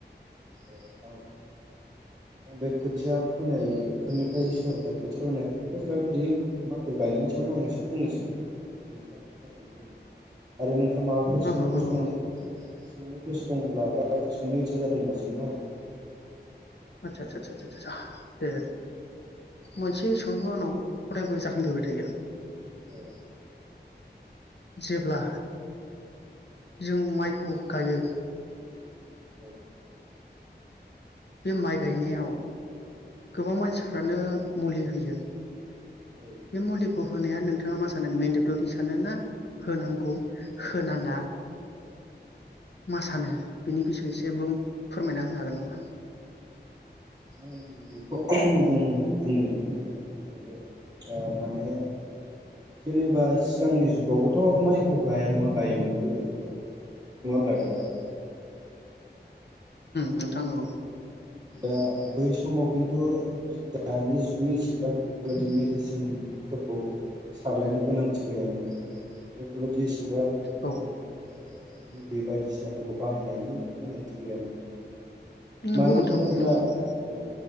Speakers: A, on the right; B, on the left.
A: औ आं आं बे खोथिया फोनाय फोरनिफ्राय फोनायफोरनिफ्राय जेनेबा बिनि माइफोर गायनायनि सायावनो आं एसे बुंनोसै नोंथाङा खोनासंनाय जाबाय आरो नोंथ माबाफोर
B: ह
A: सोंनो
B: ह ह
A: गोसो दं
B: ह
A: सोंनो गोसो दंब्ला बा सोंनो इसा जादोंब्ला सोंनो हागोन
B: आदसा आदसासा दे। मोनसे सोंलु आनाव अरायबो जाखांबोबाय थायो।
A: औ
B: जेब्ला जों माइखौ गायो।
A: औ।
B: बे माइ गायनायाव गोबां मानसिफ्रानो मुलि होयो।
A: औ आं
B: बे मुलिखौ होनाया नोंथाङा मा सानो मेन्डेटरि सानो ना होनांगौ होनाङा मा सानो बिनि बिसयससे फोरमायना होनो हागोन नामा?
A: आं बेखौ बुंनो नोंथाङा बुंसावनाय जाबाय माने जेनेबा। सिगांनि जुगावबोथ'। माइखौ गाया नङा गायोमोन गोदोबोथ' नङा होमब्ला नोंथां?
B: नोंथां नंगौ
A: दा बै समाव खिन्थु दानि जुगनि इसिग्राब बेफोरबायदि मेडिसिनफोरखौ सारलायनो गोनांथि गैयामोन बेफोरबायदि इसिग्राब माने
B: औ
A: मुलि बायदिसिनाफोरखौ बाहायनायनि गोनांथि गैयामोन।
B: नंगौ
A: मानो
B: नोंथां
A: होनोब्ला
B: ओ नंगौ
A: औ